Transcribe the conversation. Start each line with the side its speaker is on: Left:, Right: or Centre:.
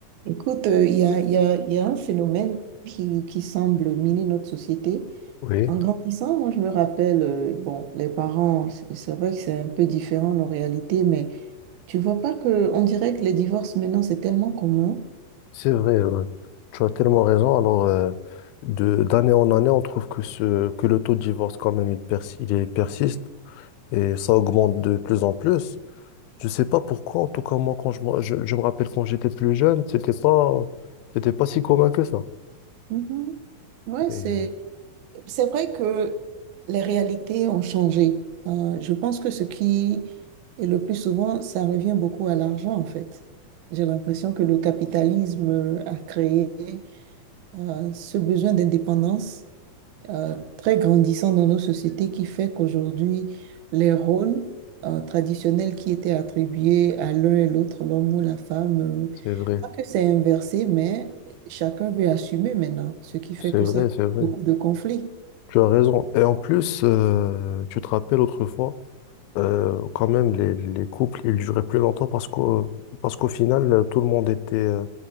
Right: Écoute, euh, il y a, il y a- il y a un phénomène qui, qui semble miner notre société.
Left: Oui,
Right: En grandissant, moi, je me rappelle, euh, bon, les parents, c'est c'est vrai que c'est un peu différent nos réalités, mais tu vois pas que, on dirait que les divorces maintenant, c'est tellement commun.
Left: c'est vrai, euh, tu as tellement raison. Alors, euh, de, d'année en année, on trouve que, ce, que le taux de divorce, quand même, il, persi- il est- persiste et ça augmente de plus en plus. Je sais pas pourquoi, en tout cas, moi, quand je, me- je, je me rappelle quand j'étais plus jeune, c'était pas, c'était pas si commun que ça.
Right: Mhm. Ouais,
Left: Et
Right: c'est,
Left: euh,
Right: c'est vrai que les réalités ont changé. Euh, je pense que ce qui est le plus souvent, ça revient beaucoup à l'argent, en fait. J'ai l'impression que le capitalisme euh, a créé euh, ce besoin d'indépendance euh, très grandissant dans nos sociétés qui fait qu'aujourd'hui, les rôles euh, traditionnels qui étaient attribués à l'un et l'autre, l'homme ou la femme, euh,
Left: c'est vrai,
Right: pas que c'est inversé, mais chacun veut assumer maintenant, ce qui fait
Left: c'est
Right: que
Left: vrai,
Right: ça cause
Left: c'est vrai.
Right: beaucoup de conflits.
Left: Tu as raison. Et en plus, euh, tu te rappelles autrefois, Euh, quand même, les, les couples, ils duraient plus longtemps parce qu'au, parce qu'au final, euh, tout le monde était... euh,